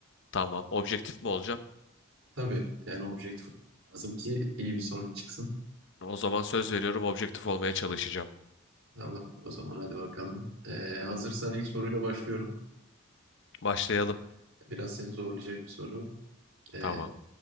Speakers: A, on the left; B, on the right.
A: Tamam. Objektif mi olacağım?
B: Tabii yani objektif olmak lazım ki iyi bir sonuç çıksın.
A: O zaman söz veriyorum objektif olmaya çalışacağım.
B: Tamam o zaman hadi bakalım. Ee, hazırsan ilk soruyla başlıyorum.
A: Başlayalım.
B: Biraz seni zorlayacak bir soru. Ee,
A: Tamam.